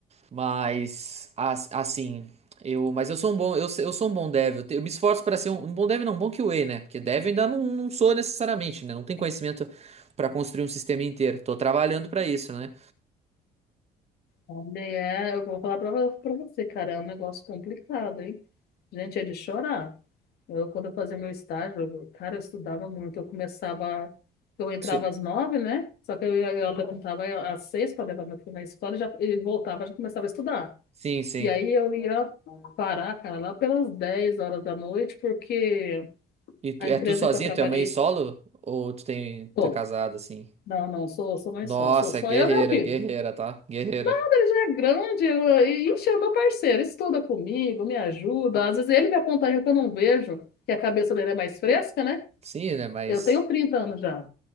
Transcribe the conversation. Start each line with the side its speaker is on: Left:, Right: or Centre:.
Right: mas as- assim, eu, mas eu sou um bom, eu, se- eu sou um bom dev, eu, te- eu me esforço para ser um, um bom dev, não, um bom QA, né? Porque dev ainda não, não sou necessariamente, né? Não tenho conhecimento para construir um sistema inteiro. Tô trabalhando para isso, né?
Left: olha, é, eu vou falar pra, vo- pra você, cara, é um negócio complicado, hein? Gente, é de chorar. Eu, quando eu fazia meu estágio, eu- cara, eu estudava muito. Eu começava, eu entrava
Right: Sou-
Left: às nove, né? Só que eu, ia- eu levantava às seis para levar meu filho na escola e já, ele voltava, já começava a estudar.
Right: Sim, sim.
Left: E aí eu ia parar, cara, lá pelas 10 horas da noite, porque
Right: E tu,
Left: a
Right: é
Left: empresa
Right: tu sozinha,
Left: em que eu trabalhei,
Right: tua mãe solo? Ou tu tem,
Left: bom,
Right: tu é casado, assim?
Left: Não, não, sou, sou mãe
Right: Nossa,
Left: solo, sou só
Right: guerreira,
Left: eu e meu filho.
Right: guerreira, tá? Guerreira.
Left: Quando ele já é grande, eu- e ixi, é meu parceiro, estuda comigo, me ajuda. Às vezes ele me aponta erro que eu não vejo, que a cabeça dele é mais fresca, né?
Right: Sim, né? Mas.
Left: Eu tenho 30 anos já.